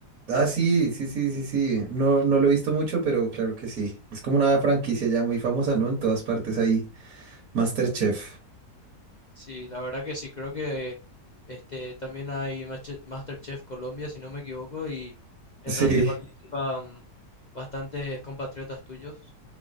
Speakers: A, on the right; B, on the left.
A: Ah, sí, sí, sí, sí, sí. No, no lo he visto mucho, pero claro que sí. Es como una franquicia ya muy famosa, ¿no? En todas partes hay MasterChef.
B: Sí, la verdad que sí, creo que este también hay Mache- MasterChef Colombia, si no me equivoco, y en
A: Sí,
B: donde participan bastantes compatriotas tuyos.